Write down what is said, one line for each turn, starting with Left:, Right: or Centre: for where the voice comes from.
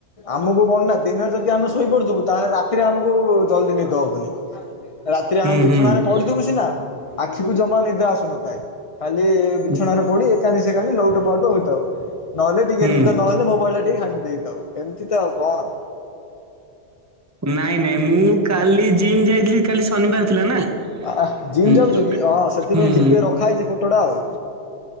Left: ଆମକୁ କଣ ନା ଦିନରେ ଯଦି ଆମେ ଶୋଇପଡୁଥିବୁ, ତାହେଲେ ରାତିରେ ଆମକୁ ଜଲଦି ନିଦ ହବନି। ରାତିରେ
Right: ହୁଁ
Left: ଆମେ ବିଛଣାରେ
Right: ହୁଁ
Left: ପଡୁଥିବୁ ସିନା ଆଖିକୁ ଜମା ନିଦ୍ରା ଆସୁନଥାଏ। ଖାଲି ବିଛଣାରେ
Right: ହୁଁ
Left: ପଡି ଏକାନି ସେକାନି ଲଉଟୁ ପାଉଟୁ ହୋଇଥାଉ। ନହେଲେ ଟିକେ
Right: ହୁଁ।
Left: ନିଦ ନହେଲେ ମୋବାଇଲ ଟା ଟିକେ ଘାଣ୍ଟି ଦେଇଥାଉ ଏମିତି ତ ଆଉ କଣ?
Right: ନାଇଁ ନାଇଁ ମୁଁ କାଲି ଜିମ୍ ଯାଇଥିଲି, କାଲି ଶନିବାର ଥିଲା ନା।
Left: ଆଃ ଜିମ
Right: ହୁଁ
Left: ଯାଉଛ କି ଆଃ ସେଥିପାଇଁ
Right: ହୁଁ
Left: ଡିପେ
Right: ମୁଁ
Left: ରଖା ହେଇଛି ଫଟୋଟା ଆଉ